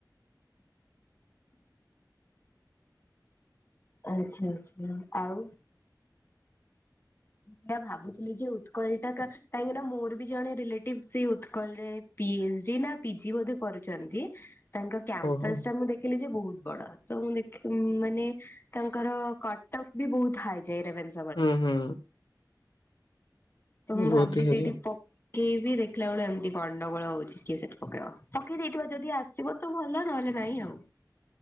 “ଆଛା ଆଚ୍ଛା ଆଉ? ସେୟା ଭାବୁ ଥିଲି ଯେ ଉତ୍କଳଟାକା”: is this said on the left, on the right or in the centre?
Left